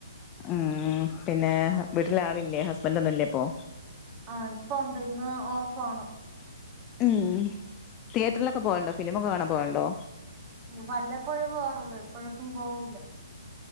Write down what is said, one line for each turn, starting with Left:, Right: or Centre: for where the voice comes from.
Left: ഉം പിന്നെ വീട്ടില് ആളില്ലേ ഹസ്ബൻഡ് ഒന്നും ഇല്ലേ ഇപ്പോ
Right: ആഹ് ഇപ്പോണ്ട് ഇന്ന് ഓഫാണ്
Left: ഉം തിയേറ്ററിലൊക്കെ പോകലോണ്ടോ ഫിലിമൊക്കെ കാണാൻ പോകലോണ്ടോ
Right: വല്ലപ്പോഴേ പോവാറുള്ളൂ എപ്പോഴും ഏപ്പും പോവൂല്ല ഉം